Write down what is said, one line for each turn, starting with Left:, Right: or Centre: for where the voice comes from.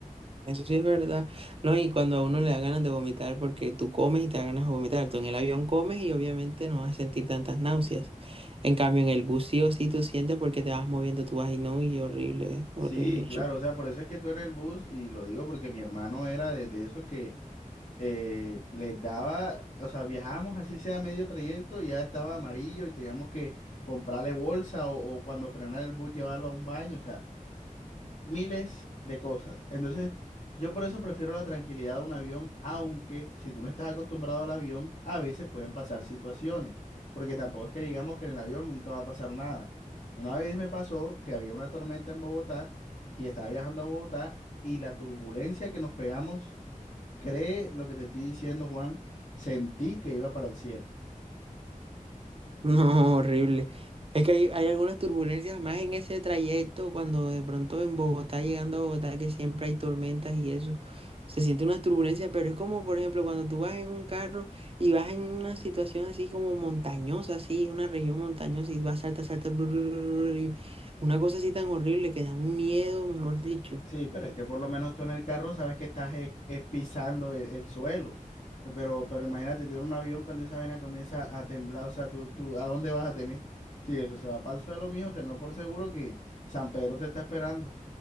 Right: Eso sí es verdad. No, y cuando a uno le da ganas de vomitar, porque tú comes y te da ganas de vomitar. Tú en el avión comes y obviamente no vas a sentir tantas náuseas. En cambio, en el bus sí o sí tú sientes porque te vas moviendo, tú vas y no, y horrible,
Left: Sí,
Right: horrible, horrible.
Left: claro, o sea, por eso es que tú en el bus, y lo digo porque mi hermano era de, de esos que eh, les daba, o sea, viajábamos así sea medio trayecto y ya estaba amarillo y teníamos que comprarle bolsa o, o cuando frenara el bus llevarlo a un baño, o sea. miles de cosas. Entonces, yo por eso prefiero la tranquilidad de un avión, aunque si tú no estás acostumbrado al avión, a veces pueden pasar situaciones, porque tampoco es que digamos que en el avión nunca va a pasar nada. Una vez me pasó que había una tormenta en Bogotá y estaba viajando a Bogotá y la turbulencia que nos pegamos, cree lo que te estoy diciendo, Juan, sentí que iba para el cielo.
Right: No, horrible. Es que hay, hay algunas turbulencias más en ese trayecto cuando de pronto en Bogotá, llegando a Bogotá, que siempre hay tormentas y eso, se siente una turbulencia, pero es como, por ejemplo, cuando tú vas en un carro y vas en una situación así como montañosa, así, una región montañosa y vas, salta, salta, bru, bru, bru, bru, y una cosa así tan horrible que da un miedo, mejor dicho.
Left: Sí, pero es que por lo menos tú en el carro sabes que estás eh, eh, pisando el, el suelo. Eh, Pero, pero imagínate, tú en un avión cuando esa vaina comienza a temblar, o sea, tú, tú, ¿a dónde vas a tener? Si eso se va para el suelo, mijo, tenlo por seguro que San Pedro te está esperando.